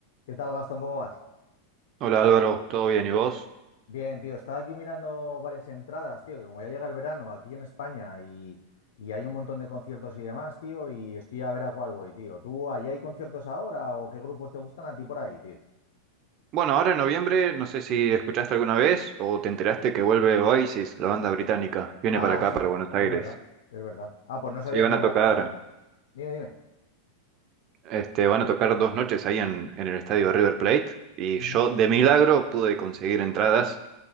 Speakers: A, on the left; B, on the right.
A: ¿Qué tal, Gastón? ¿Cómo vas?
B: Hola Álvaro, ¿todo bien? ¿Y vos?
A: Bien, tío, estaba aquí mirando varias entradas, tío, que como ya llega el verano aquí en España y, y hay un montón de conciertos y demás, tío, y estoy a ver a cuál voy, tío. ¿Tú allá hay conciertos ahora o qué grupos te gustan a ti por ahí, tío?
B: Bueno, ahora en noviembre, no sé si escuchaste alguna vez o te enteraste que vuelve Oasis, la banda británica, viene
A: Ah,
B: para acá,
A: sí,
B: para Buenos
A: es
B: Aires.
A: verdad, es verdad. Ah, pues no sabía
B: Sí,
A: que
B: van
A: iban,
B: a tocar,
A: o sea, dime, dime.
B: este, van a tocar dos noches ahí en, en el estadio River Plate y
A: Ujú.
B: yo de milagro pude conseguir entradas,